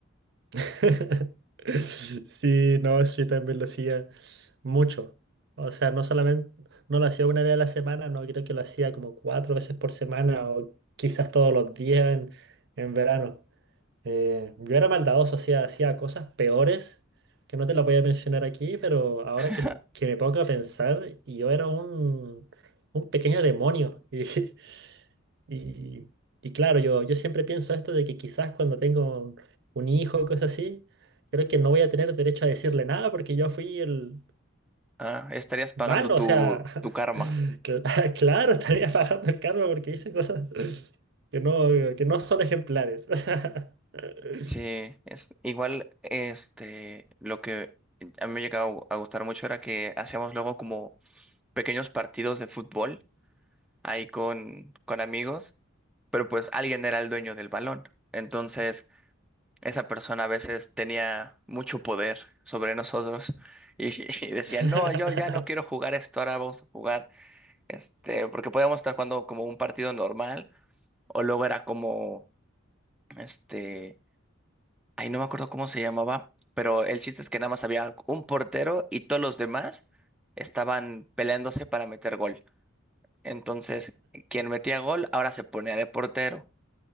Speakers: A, on the right (about 55°); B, in the centre.
A: <laughs> Sí, no, eso yo también lo hacía mucho. O sea, no solamente, no lo hacía una vez a la semana, no, creo que lo hacía como cuatro veces por semana o quizás todos los días en, en verano. Eh, yo era maldadoso, hacía, hacía cosas peores que no te las voy a mencionar aquí, pero ahora
B: <laughs>
A: que, que me pongo a pensar, yo era un, un pequeño demonio. <laughs> Y, y, y claro, yo, yo siempre pienso esto de que quizás cuando tengo un, un hijo o cosas así, creo que no voy a tener derecho a decirle nada porque yo fui el
B: Ah, estarías pagando
A: malo,
B: tu,
A: o sea, <laughs>
B: tu karma.
A: cla- claro, estaría pagando el karma porque hice cosas <laughs> que no, que no son ejemplares. <laughs>
B: Sí, es igual, este, lo que a mí me llegaba a gu- a gustar mucho era que hacíamos luego como pequeños partidos de fútbol ahí con, con amigos, pero pues alguien era el dueño del balón. Entonces, esa persona a veces tenía mucho poder sobre nosotros y, <laughs> y decía,
A: <laughs>
B: no, yo ya no quiero jugar esto, ahora vamos a jugar, este, porque podíamos estar jugando como un partido normal o luego era como, este, ay no me acuerdo cómo se llamaba, pero el chiste es que nada más había un portero y todos los demás estaban peleándose para meter gol. Entonces, quien metía gol ahora se ponía de portero.